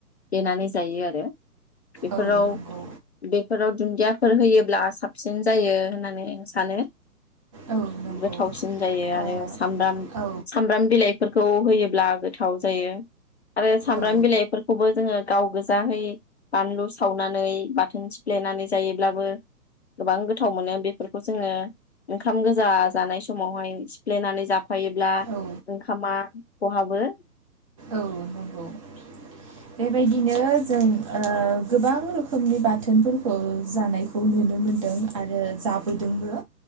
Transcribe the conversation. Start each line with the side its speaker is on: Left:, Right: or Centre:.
Left: देनानै जायो आरो। बेफोराव
Right: औ नंगौ
Left: बेफोराव दुन्दियाफोर होयोब्ला साबसिन जायो होननानै आं सानो।
Right: औ नंगौ
Left: गोथावसिन जायो आरो
Right: ओ
Left: सामब्राम
Right: औ
Left: सामब्राम बिलाइफोरखौ होयोब्ला गोथाव जायो। आरो सामब्राम
Right: औ
Left: बिलाइफोरखौबो जोङो गाव गोजाहै बानलु सावनानै बाथोन सिफ्लेनानै जायोब्लाबो गोबां गोथाव मोनो बेफोरखौ जोङो ओंखाम गोजा जानाय समावहाय सिफ्लेनानै जाफायोब्ला
Right: औ
Left: ओंखामा खहाबो।
Right: औ नंगौ बेबायदिनो जों ओ गोबां रोखोमनि बाथोनफोरखौ जानायखौ नुनो मोनदों आरो जाबोदोंबो।